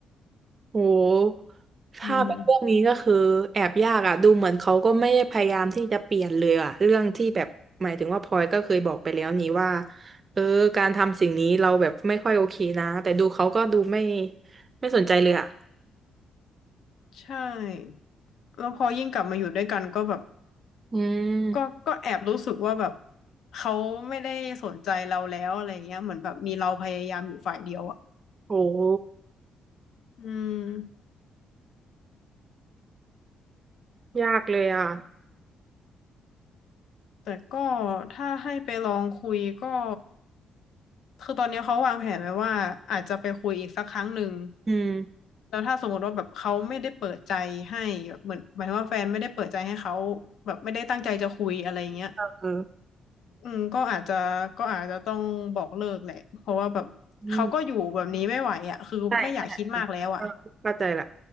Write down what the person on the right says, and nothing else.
โหถ้าเป็นเรื่องนี้ก็คือแอบยากอ่ะดูเหมือนเขาก็ไม่ได้พยายามที่จะเปลี่ยนเลยอ่ะเรื่องที่แบบหมายถึงว่าพลอยก็เคยบอกไปแล้วนี่ว่า
เออการทำสิ่งนี้เราแบบไม่ค่อยโอเคนะ แต่ดูเขาก็ดูไม่ไม่สนใจเลยอ่ะ
อืม
โห
ยากเลยอ่ะ
อืม
เออ
อืม ใช่ใช่อ่ะเออเข้าใจละ